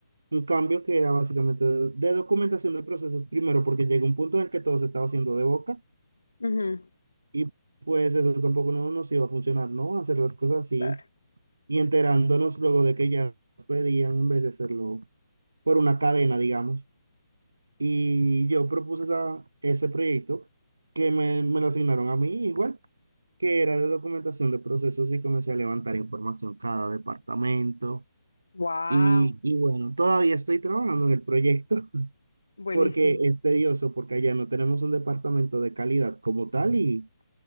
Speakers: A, on the right; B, on the left.
A: un cambio que era básicamente de, de documentación de procesos primero, porque llegó un punto en el que todo se estaba haciendo de boca.
B: Ujú,
A: Y pues eso tampoco no nos iba a funcionar, ¿no? Hacer las cosas así
B: claro.
A: y enterándonos luego de que ya nos pedían en vez de hacerlo por una cadena, digamos. Y yo propuse esa- ese proyecto que me, me lo asignaron a mí igual, que era de documentación de procesos y comencé a levantar información cada departamento.
B: Wow,
A: Y, y bueno, todavía estoy trabajando en el proyecto <laughs>
B: buenísimo.
A: porque es tedioso, porque allá no tenemos un departamento de calidad como tal y